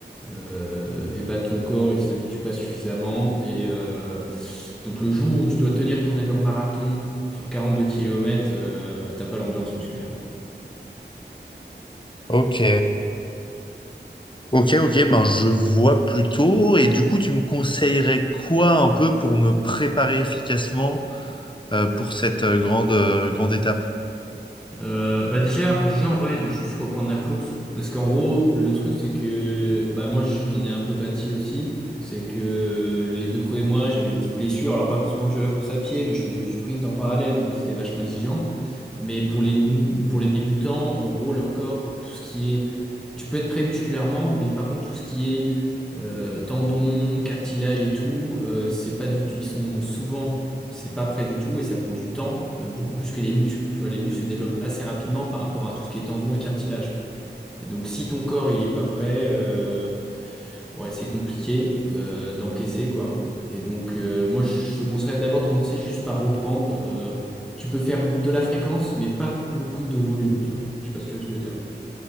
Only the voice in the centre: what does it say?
euh, et bah ton corps il s'habitue pas suffisamment et euh, donc le jour où tu dois tenir ton allure marathon sur 42 km t'as pas l'endurance musculaire
Euh, bah déjà déjà en vrai juste reprendre la course parce qu'en gros le truc c'est que bah moi j'en ai un peu pâti aussi c'est que les deux premiers mois j'avais une petite blessure alors pas forcément due à la course à pied mais je faisais du sprint en parallèle donc c'était vachement exigeant Mais pour les, pour les débutants, en gros, leur corps, tout ce qui est... Tu peux être prêt musculairement, mais par contre, tout ce qui est euh, tendons, cartilage et tout, euh, c'est pas du tout... Ils sont souvent... C'est pas prêt du tout et ça prend du temps, euh, beaucoup plus que les muscles. Tu vois, les muscles se développent assez rapidement par rapport à tout ce qui est tendons et cartilage. Et donc, si ton corps il est pas prêt, euh, ouais, c'est compliqué euh, d'encaisser quoi. Et donc, euh, moi, je te conseillerais d'abord de commencer juste par reprendre. euh, tu peux faire de la fréquence, mais pas beaucoup de volume, tu vois. Je sais pas si tu vois ce que je veux dire.